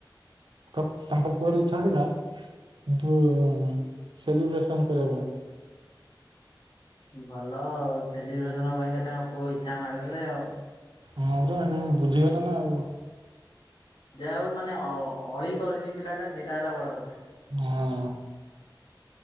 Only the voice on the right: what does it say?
ତ ତାଙ୍କ ପୁଅର ଇଛାଥିଲା କିନ୍ତୁ ସେଲିବ୍ରେସନ କରିବା ପାଇଁ।
ହୁଁ ର ହୁଁ ବୁଝିଗଲା ନା ଆଉ।
ହଁ